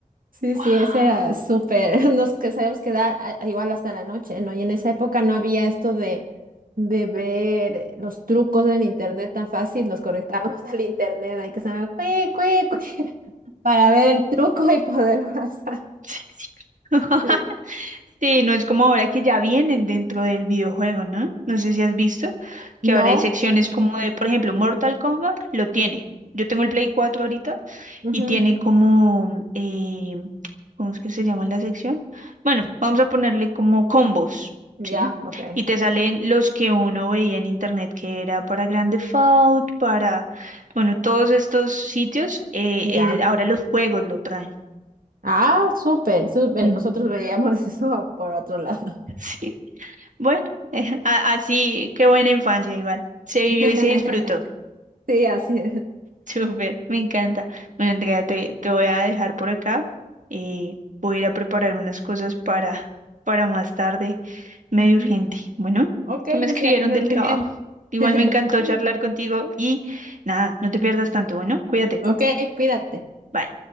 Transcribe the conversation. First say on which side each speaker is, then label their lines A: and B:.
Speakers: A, on the right; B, on the right.
A: sí, sí,
B: Wow.
A: ese era súper. <laughs> Nos que sabíamos quedar a- a- igual hasta la noche, ¿no? Y en esa época no había esto de, de ver los trucos del internet tan fácil. Nos conectábamos <laughs> al internet ahí que sonaba cue, cue, cue, <laughs> para ver el truco y poder <laughs> pasar.
B: Sí, sí. <laughs>
A: Sí.
B: Sí, no es como ahora que ya vienen dentro del videojuego, ¿no? No sé si has visto que
A: No,
B: ahora hay secciones como de, por ejemplo, Mortal Kombat lo tiene. Yo tengo el Play 4 ahorita
A: ujú,
B: y tiene como, eh, ¿cómo es que se llama la sección? Bueno, vamos a ponerle como combos,
A: Ya,
B: ¿sí?
A: ok,
B: Y te salen los que uno veía en internet que era para Grand Theft Auto, para, bueno, todos estos sitios, eh, eh,
A: ya.
B: ahora los juegos lo traen.
A: Ah, súper, súper.
B: Mm,
A: Nosotros veíamos <laughs> eso por otro lado.
B: <laughs> Sí, bueno, <laughs> a- así, qué buena infancia igual. Se vivió
A: <laughs>
B: y se disfrutó.
A: Sí, así es.
B: Súper, me encanta. Bueno, Andrea, te, te voy a dejar por acá y voy a ir a preparar unas cosas para, para más tarde, medio
A: Ujú.
B: urgente. Bueno,
A: Ok,
B: que me
A: Jessica,
B: escribieron
A: que estés
B: del trabajo.
A: muy bien.
B: Igual
A: <laughs>
B: me encantó charlar contigo y nada, no te pierdas tanto. Bueno, cuídate.
A: Ok, cuídate.
B: Bye.